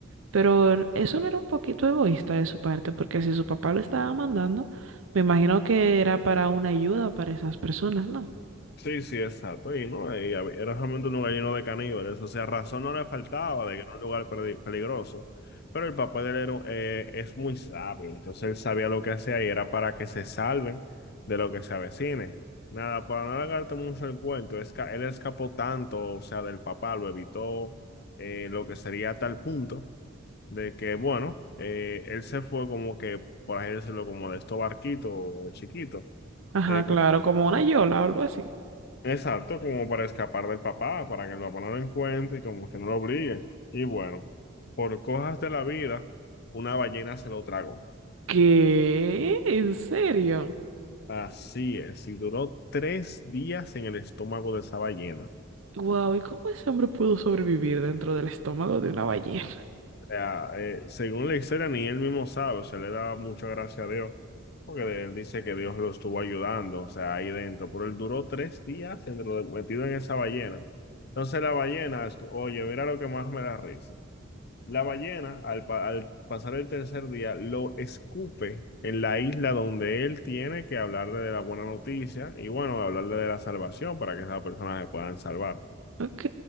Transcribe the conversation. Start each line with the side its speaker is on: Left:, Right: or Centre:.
Right: Pero eso no era un poquito egoísta de su parte, porque si su papá lo estaba mandando, me imagino que era para una ayuda para esas personas, ¿no?
Left: Sí, sí, exacto. Y no, y hab- era realmente un lugar lleno de caníbales. O sea, razón no le faltaba de que era un lugar peli- peligroso. Pero el papá de él era, eh, es muy sabio. Entonces él sabía lo que hacía y era para que se salven de lo que se avecine. Nada, para no alargarte mucho el cuento, esca- él escapó tanto, o sea, del papá, lo evitó, eh, lo que sería a tal punto de que, bueno, eh, él se fue como que, por así decirlo, como de estos barquitos chiquitos.
Right: Ajá,
Left: eh, como
Right: claro, como una yola o algo así.
Left: Exacto, como para escapar del papá, para que el papá no lo encuentre y como que no lo obligue. Y bueno, por cosas de la vida, una ballena se lo tragó.
Right: ¿Qué? ¿En serio?
Left: Así es, y duró tres días en el estómago de esa ballena.
Right: Wow, ¿y cómo ese hombre pudo sobrevivir dentro del estómago de una ballena?
Left: O sea, eh, según la historia, ni él mismo sabe, o sea, le da mucha gracia a Dios, porque él dice que Dios lo estuvo ayudando, o sea, ahí dentro, pero él duró tres días dentro de- metido en esa ballena. Entonces la ballena, estu- oye, mira lo que más me da risa. La ballena, al, pa- al pasar el tercer día, lo escupe en la isla donde él tiene que hablarle de la buena noticia y bueno, hablarle de la salvación para que esas personas se puedan salvar.
Right: Ok,